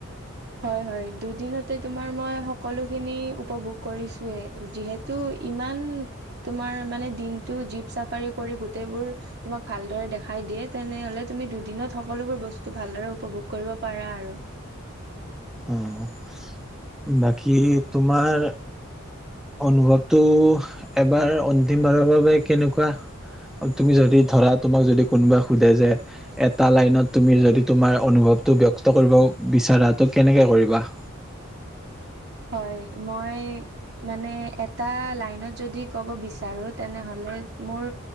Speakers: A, on the right; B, in the centre.
A: হয় হয়, দুদিনতে তোমাৰ মই সকলোখিনি উপভোগ কৰিছোয়ে যিহে তো ইমান তোমাৰ মানে দিনটো জীপ চাফাৰী কৰি গোটেইবোৰ তোমাক ভালদৰে দেখাই দিয়ে তেনেহ'লে তুমি দুদিনত সকলোবোৰ বস্তু ভালদৰে উপভোগ কৰিব পাৰা আৰু।
B: অ' বাকী তোমাৰ অনুভৱটো এবাৰ অন্তিম বাৰৰ বাবে কেনেকুৱা? তুমি যদি ধৰা তোমাক যদি কোনোবাই সোধে যে এটা লাইনত তুমি যদি তোমাৰ অনুভৱটো ব্যক্ত কৰিব বিচাৰা ত' কেনেকে কৰিবা?
A: হয়, মই মানে এটা লাইনত যদি ক'ব বিচাৰো তেনেহ'লে মোৰ